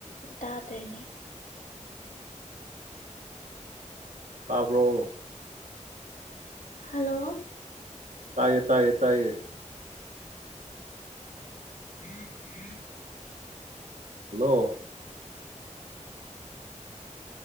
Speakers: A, on the left; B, on the right.
A: ꯇꯥꯗꯔ꯭ꯦꯅꯦ꯫
B: ꯇꯕꯔꯣ?
A: ꯍꯜꯂꯣ!
B: ꯇꯥꯏꯌꯦ -ꯇꯥꯏꯌꯦ -꯫
A: <inaudible>
B: ꯍꯂꯣ!